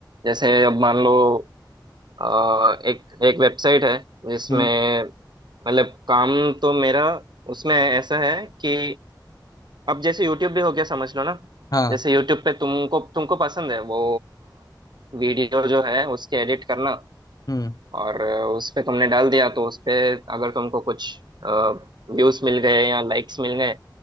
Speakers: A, on the right (about 65°); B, on the left (about 50°).
A: जैसे अब मान लो अ, एक एक वेबसाइट है जिसमें
B: हम्म
A: मतलब काम तो मेरा उसमें ऐसा है कि अब जैसे यूट्यूब भी हो गया समझ लो ना
B: हाँ
A: जैसे यूट्यूब पे तुमको तुमको पसंद है वो वीडियो जो है उसके एडिट करना
B: हम्म
A: और अ, उस पे तुमने डाल दिया तो उस पे अगर तुमको कुछ व्यूज मिल गए या लाइक्स मिल गए